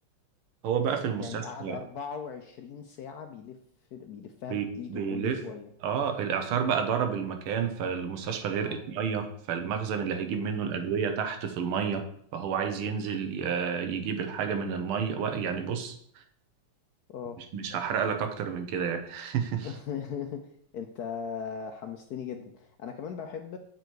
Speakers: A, on the right; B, on the left.
A: هو بقى في المستشفى
B: يعني قعد 24 ساعه بيلف بيلفها
A: بي
B: بايده
A: بيلف
B: كل شويه
A: اه الاعصار بقى ضرب المكان فالمستشفى غرقت
B: اه
A: ميه فالمخزن اللي هيجيب منه
B: اوف
A: الادويه تحت في الميه فهو عايز ينزل ي- يجيب الحاجه من الميه و- يعني بص
B: اه
A: مش مش هحرق لك اكتر من كده يعني <laughs>
B: <laughs> انت حمستني جدا انا كمان بحب